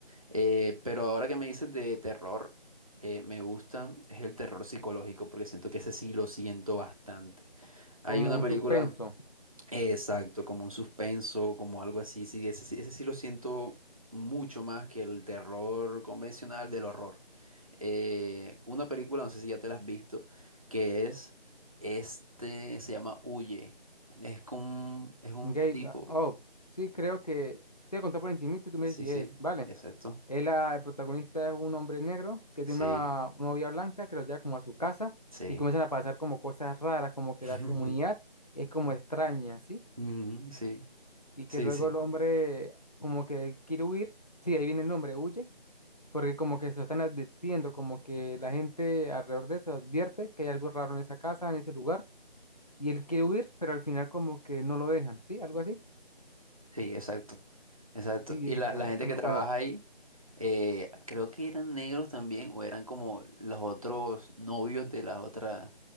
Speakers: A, on the right; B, on the left.
A: Eh, pero ahora que me dices de terror, eh, me gustan, es el terror psicológico, porque siento que ese sí lo siento bastante. Hay
B: como
A: una
B: un
A: película,
B: suspenso.
A: Exacto, como un suspenso, como algo así. Sí, ese, sí- ese sí lo siento mucho más que el terror convencional del horror. Eh, una película, no sé si ya te la has visto, que es este, se llama Huye. Es con, es un
B: Gate
A: tipo.
B: Up. Sí, creo que te voy a contar por encima y tú me
A: Sí,
B: dices si
A: sí,
B: es, ¿vale?
A: exacto.
B: Él, ah, el protagonista es un hombre negro que
A: Sí,
B: tiene una una novia blanca que lo lleva como a su casa
A: sí.
B: y comienzan a pasar como cosas raras, como que
A: <laughs>
B: la comunidad es como extraña, ¿sí?
A: Ujú, Sí,
B: Y
A: sí,
B: que luego
A: sí.
B: el hombre como que quiere huir, sí, ahí viene el nombre, huye, porque como que se lo están advirtiendo, como que la gente alrededor de eso advierte que hay algo raro en esa casa, en ese lugar, y él quiere huir, pero al final como que no lo dejan, ¿sí? Algo así.
A: Sí, exacto, exacto.
B: Sí,
A: Y
B: esa,
A: la, la
B: esa
A: gente
B: es
A: que
B: muy
A: trabaja
B: buena.
A: ahí, eh, creo que eran negros también, o eran como los otros novios de la otra,